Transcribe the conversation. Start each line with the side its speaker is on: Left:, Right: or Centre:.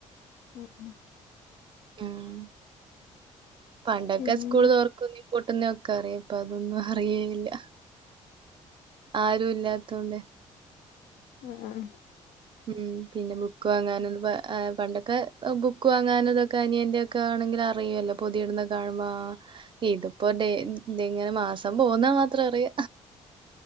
Left: ഉം ഉം
Right: ഉം പണ്ടൊക്കെ
Left: പിന്നെ
Right: സ്കൂൾ തൊർക്കെങ്കി പൂട്ടുന്നൊക്കെ അറിയാ ഇപ്പ അതൊന്നും അറിയേയില്ല ആരും ഇല്ലാത്തോണ്ടെ
Left: ആഹ് ആഹ്
Right: ഉം പിന്നെ ബുക്ക് വാങ്ങാന പണ്ടൊക്കെ ബുക്ക് വാങ്ങാനതൊക്കെ അനിയന്റെ ക്കെ ആണെങ്കിൽ അറിയല്ലോ പൊതിയടുന്ന കാണുമ്പോ ഇതിപ്പോ ഡെ ഇത് ഇങ്ങനെ മാസം പോകുന്നത് മാത്രം അറിയ